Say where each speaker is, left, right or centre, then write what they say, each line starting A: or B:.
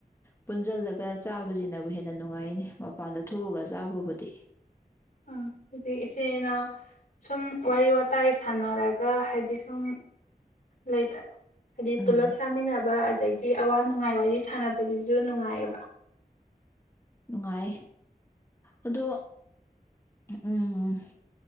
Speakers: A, on the left (about 15°); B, on the left (about 60°).
A: ꯄꯨꯟꯖꯜꯂꯒ ꯆꯥꯕꯁꯤꯅꯕꯨ ꯍꯦꯟꯅ ꯅꯨꯡꯉꯥꯏꯅꯦ ꯃꯄꯥꯟꯗ ꯊꯣꯛꯑꯒ ꯆꯥꯕꯕꯨꯗꯤ
B: ꯎꯝ ꯑꯗꯨꯗꯤ ꯏꯆꯦꯅ ꯁꯨꯝ ꯋꯥꯔꯤ ꯋꯥꯇꯥꯏ ꯁꯥꯟꯅꯔꯒ ꯍꯥꯏꯗꯤ ꯁꯨꯝ ꯂꯩꯗꯅ ꯍꯥꯏꯗꯤ
A: ꯎꯝ
B: ꯄꯨꯂꯞ ꯆꯥꯡꯃꯤꯟꯅꯕ ꯑꯗꯒꯤ ꯑꯋꯥ ꯅꯨꯡꯉꯥꯏ ꯋꯥꯔꯤ ꯁꯥꯟꯅꯕꯒꯤꯁꯨ ꯅꯨꯡꯉꯥꯏꯌꯦꯕ
A: ꯅꯨꯡꯉꯥꯏ ꯑꯗꯣ ꯎꯝ